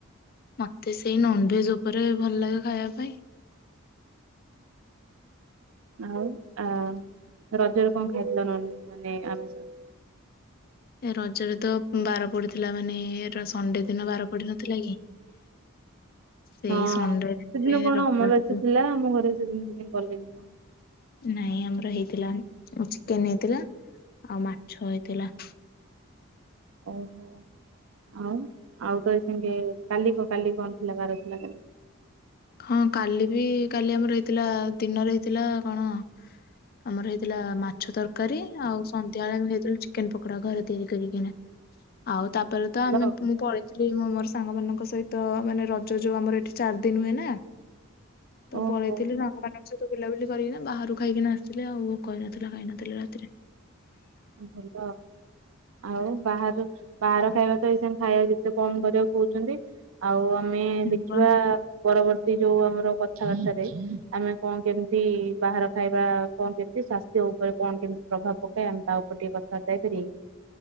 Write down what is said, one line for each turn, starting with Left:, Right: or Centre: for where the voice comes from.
Left: ମତେ ସେଇ ନନଭେଜ ଉପରେ ଭଲ ଲାଗେ ଖାଇବା ପାଇଁ।
Right: ଆଉ ଆ ରଜରେ କଣ ଖାଇଥିଲ ନନଭେଜ ମାନେ ଆମିଷ?
Left: ଏ ରଜରେ ତ ବାର ପଡିଥିଲା ମାନେ ଏ ସଣ୍ଡେ ଦିନ ବାର ପଡି ନଥିଲା କି। <inaudible>
Right: ହଁ
Left: ସଣ୍ଡେରେ
Right: ସେଦିନ କଣ
Left: ରବିବାରରେ
Right: ଅମାବାସ୍ୟ ଥିଲା ଆମ ଘରେ ସେଦିନ କିଛି କଲେନି କଣ।
Left: ନାଇଁ ଆମର ହେଇଥିଲା ଚିକେନ ହେଇଥିଲା ଆଉ ମାଛ ହେଇଥିଲା।
Right: ଓହୋ ଆଉ ଆଉ ତ ଏ ସାଙ୍ଗେ କାଲି କ କାଲି କଣ ଥିଲା ବାର ଥିଲା କାଲି।
Left: ହଁ କାଲି ବି କାଲି ଆମର ହେଇଥିଲା ଦିନରେ ହେଇଥିଲା କଣ ଆମର ହେଇଥିଲା ମାଛ ତରକାରୀ ଆଉ ସନ୍ଧ୍ୟାବେଳେ ଆମେ ହେଇଥିଲୁ ଚିକେନ ପକୋଡା ଘରେ ତିଆରି କରିକିନା। ଆଉ ତାପରେ ତ ଆମେ
Right: ଭଲ
Left: ମୁଁ ପଳେଇ ଥିଲି ମୁଁ ମୋର ସାଙ୍ଗମାନଙ୍କ ସହିତ ମାନେ ରଜ ଯୋଉ ଆମର ଏଠି ଚାରି ଦିନ ହୁଏ ନା। ତ
Right: ଓହୋ
Left: ପଳେଇଥିଲି ସାଙ୍ଗମାନଙ୍କ ସହିତ। ତ ବୁଲାବୁଲି କରିକିନା ବାହାରୁ ଖାଇକିନା ଆସିଥିଲେ ଆଉ ଭୋକ ହେଇନଥିଲା ଖାଇନଥିଲି ରାତିରେ।
Right: ଭଲ। ଆଉ ବାହାର ବାହାର ଖାଇବା ତ ଏଇସଙ୍ଗ ଖାଇବା ଯେତେ କମ କରିବାକୁ କହୁଛନ୍ତି। ଆଉ ଆମେ ଦେଖିବା
Left: ଆପଣ-
Right: ପରବର୍ତ୍ତୀ ଯୋଉ ଆମର କଥାବାର୍ତ୍ତାରେ ଆମେ କଣ କେମିତି ବାହାର ଖାଇବା କଣ କେମିତି ସ୍ୱା ସେ ଉପରେ କଣ କେମିତି ପ୍ରଭାବ ପକାଏ ଆମେ ତା ଉପରେ ଟିକେ କଥାବାର୍ତ୍ତା ହେଇପାରିବା କି?